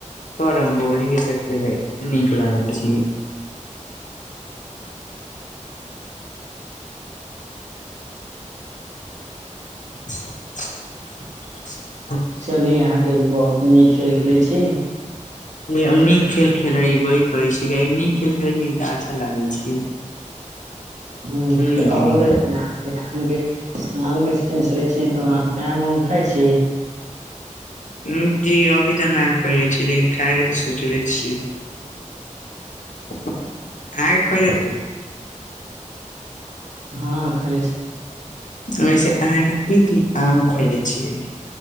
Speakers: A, on the left; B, on the right.
A: कैरम बोर्ड इहे से खेले नीक लागै छी। <unintelligible>
B: चली अहाँके बहुत नीक खेल खेलै छी।
A: हम नीक खेल खेलवैह करै छीय नीक खेल खेलै छी अच्छा लागे छै।
B: हुं,
A: नीक
B: त आब
A: नीक
B: दय छय ना? के आमके सी- आम के सी <unintelligible> छै तऽ अहाँके आम उम खाइ छी?
A: <unintelligible> की अभी तऽ नै <unintelligible> छी लेकिन खाय के तऽ सोचले छी। <unintelligible> आइ खैलै छी?
B: हँ खयले छी।
A: वैसे अहाँके की की आम खोजे छियै?